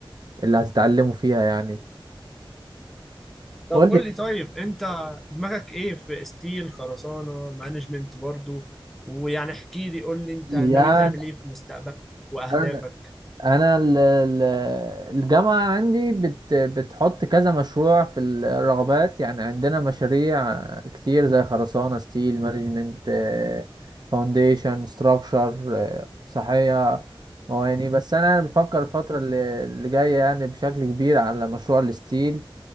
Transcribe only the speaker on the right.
اللي هتتعلمه فيها يعني
قول
لي
يعني
أنا- انا ال- ال- الجامعه عندي بت بتحط كذا مشروع في الرغبات يعني عندنا مشاريع كتير زي خرسانه ستيل مانجمنت فاونديشن ستراكشر صحيه مواني بس انا بفكر الفتره اللي اللي جايه يعني بشكل كبير على مشروع الستيل